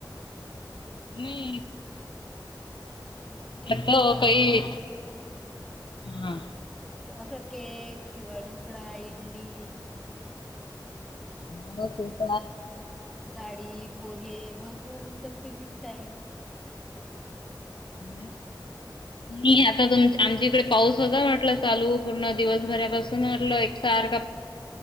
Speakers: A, on the left (about 85°); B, in the centre.
A: नाही
B: केक्स
A: तर तो काही हा
B: असा केक किंवा डुकळा इडली
A: ह ग ते त
B: ाळी पोहे भरपूर त प्रीमिक्स आहे
A: नाही आता तुम आमच्या इकडे पाऊस होता वाटला चालू पूर्ण दिवसभरापासून म्हटलं एकार